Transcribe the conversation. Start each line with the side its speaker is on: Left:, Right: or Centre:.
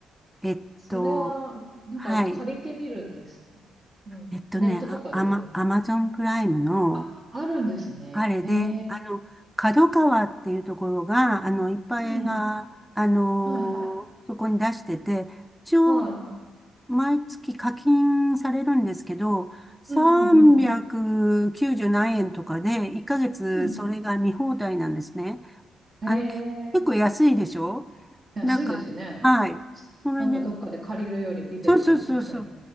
Centre: えっと、
Right: それは、なんか借りてみるんですかなんネットとかで見れる。
Centre: はい。えっとね、あ、アマ、アマゾンプライムの、
Right: あ、あるんですね。
Centre: あれで、
Right: へえ。
Centre: あの、角川っていうところが、あの、いっぱい映画、
Right: うん。
Centre: あのーそこに出してて、
Right: はいはい。
Centre: 一応、
Right: は
Centre: 毎月課金されるんですけど、390何円とかで、
Right: い。うんうんうん。
Centre: 1ヶ月それが見放題なんですね。
Right: うん。へえ、
Centre: あの、け結構安いでしょ
Right: 安いですね。
Centre: なんか、はい。それで
Right: なんかどっかで借りるよりビデオ借りとか。
Centre: そうそうそうそう。